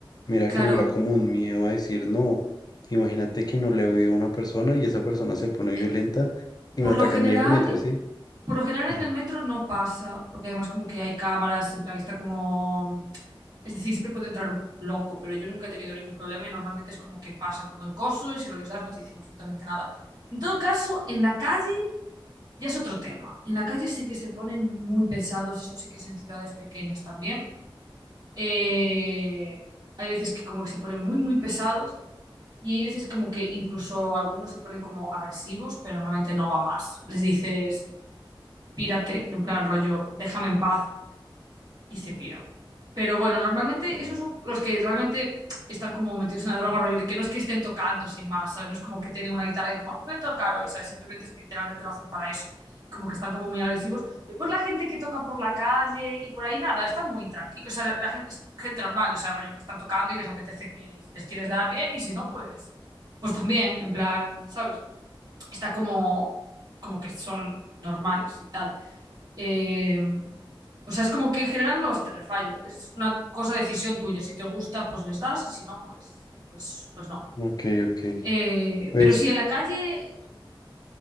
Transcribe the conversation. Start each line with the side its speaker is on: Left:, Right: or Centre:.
Left: mira
Right: Claro,
Left: que no era como un miedo a decir, no, imagínate que no le doy a una persona y esa persona se pone
Right: eh,
Left: violenta y
Right: por
Left: me ataca
Right: lo general,
Left: en medio del metro, ¿sí?
Right: por lo general
Left: <laughs>
Right: en el metro no pasa, porque además como que hay cámaras, en plan está como... Es decir, siempre puede entrar un loco, pero yo nunca he tenido ningún problema y normalmente es como que pasan con el coso y si no les das no te dicen absolutamente nada. En todo caso, en la calle... Ya es otro tema. En la calle sí que se ponen muy pesados, esto sí que es en ciudades pequeñas también. Eh, hay veces que como que se ponen muy, muy pesados y hay veces como que incluso algunos se ponen como agresivos, pero normalmente no va más. Les dices, pírate, en plan rollo, déjame en paz, y se pira. Pero bueno, normalmente
Left: Ok,
Right: esos son los que realmente están como metidos en la droga, rollo de que no es que estén tocando sin más, ¿sabes? No es como que tienen una guitarra y dicen, vamos, voy a tocar hoy, ¿sabes? Simplemente es que literalmente lo hacen para eso. Y como que están como muy agresivos. Después la gente que toca por la calle y por ahí nada, está muy tranquila. O sea, la gente, es gente normal, o sea, rollo que están tocando y les apetece que si les quieres dar bien y si no, pues, pues también, en plan, ¿sabes? Está como, como que son normales y tal. Eh, o sea, es como que en general no vas a tener fallo. Es una cosa decisión tuya. Si te gusta, pues les das y si no, pues, pues, pues no.
Left: ok, ok.
Right: Eh,
Left: pues
Right: pero si en la calle,